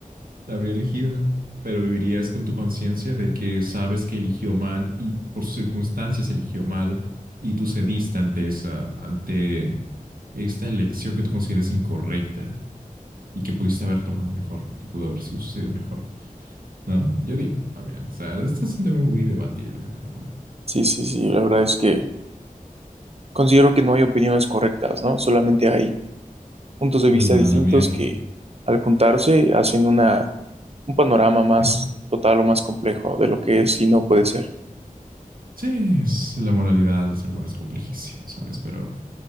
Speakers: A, on the right (about 85°); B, on the right (about 45°).
A: La habría elegido, pero vivirías con tu conciencia de que sabes que eligió mal y por sus circunstancias eligió mal y tú cediste ante esa, ante esta elección que tú consideras incorrecta y que pudiste haber tomado mejor, que pudo haber sido sucedido mejor. ¿no? Yo digo también. O sea, este es un tema muy debatible, la verdad.
B: Sí, sí, sí, la verdad es que Considero que no hay opiniones correctas, ¿no? Solamente hay puntos de
A: Solo
B: vista
A: la,
B: distintos
A: la mía.
B: que al juntarse hacen una, un panorama más
A: <laughs>
B: total o más complejo de lo que es y no puede ser.
A: Sí, es la moralidad del ser humano es complejísimo, ¿sabes? Pero